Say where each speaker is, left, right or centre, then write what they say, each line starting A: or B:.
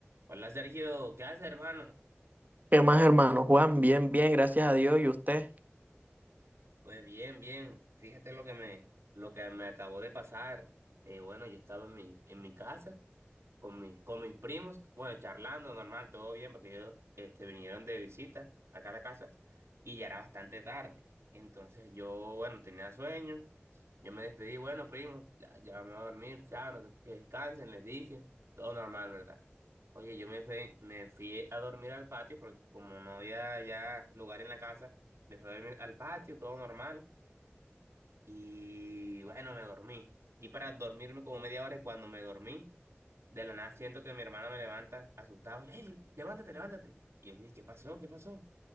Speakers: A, on the right; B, on the right.
A: Hola Sergio, ¿qué haces, hermano?
B: ¿Qué más, hermano? Juan, bien, bien, gracias a Dios. ¿Y usted?
A: Pues bien, bien. Fíjate lo que me, lo que me acabó de pasar. Eh, bueno, yo estaba en mi, en mi casa con mis, con mis primos, bueno, charlando normal, todo bien, porque ellos este, vinieron de visita acá a la casa y ya era bastante tarde. Entonces yo, bueno, tenía sueño, yo me despedí, bueno, primo, ya, ya me voy a dormir, chao, no sé- que descansen, les dije, todo normal, ¿verdad? Oye, yo me fui, me fui a dormir al patio porque como no había ya lugar en la casa, me fui a dormir al patio, todo normal. Y bueno, me dormí. Y para dormirme como media hora y cuando me dormí... De la nada siento que mi hermano me levanta, asustado. Lely, levántate, levántate. Y él dice, ¿qué pasó? ¿Qué pasó?